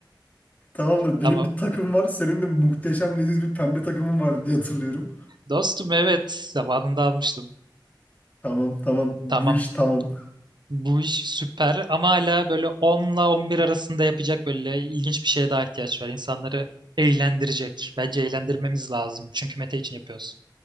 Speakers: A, on the left; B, on the right.
A: Tamamdır.
B: Tamam.
A: Benim bir takım var. Senin de muhteşem leziz bir pembe takımın var diye hatırlıyorum.
B: Dostum evet. Zamanında almıştım.
A: Tamam, tamam. Bu
B: Tamam.
A: iş tamam.
B: Bu iş süper ama hala böyle 10'la 11 arasında yapacak böyle ilginç bir şeye daha ihtiyaç var. İnsanları eğlendirecek. Bence eğlendirmemiz lazım. Çünkü Mete için yapıyoruz.